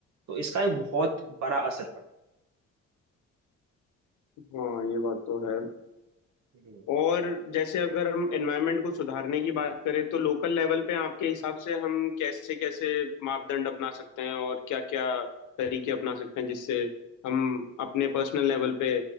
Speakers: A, on the right; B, on the left.
A: तो इसका एक बहुत बड़ा असर पड़ता
B: हाँ ये बात तो है
A: है
B: और जैसे अगर हम एनवायरनमेंट को सुधारने की बात करें तो लोकल लेवल पे आपके हिसाब से हम कैसे कैसे मापदंड अपना सकते हैं और क्या क्या तरीके अपना सकते हैं जिससे हम अपने पर्सनल लेवल पे